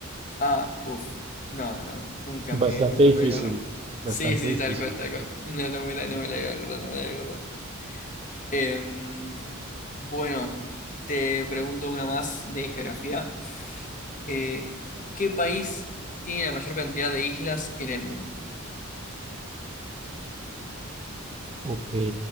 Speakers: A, on the left (about 35°); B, on the right (about 25°).
A: Ah, puf. No, no, no. Nunca
B: Bastante
A: me, nunca
B: difícil,
A: me la acordé.
B: bastante
A: Sí, sí,
B: difícil.
A: tal cual, tal cual. No, no me la, no me la iba a acordar, no me la iba a acordar. Em, bueno, te pregunto una más de geografía. Eh, ¿qué país tiene la mayor cantidad de islas en el mundo?
B: Ok,